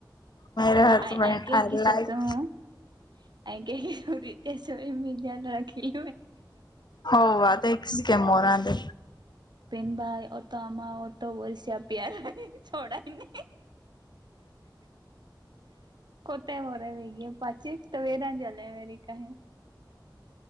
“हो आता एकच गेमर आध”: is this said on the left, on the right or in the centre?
Left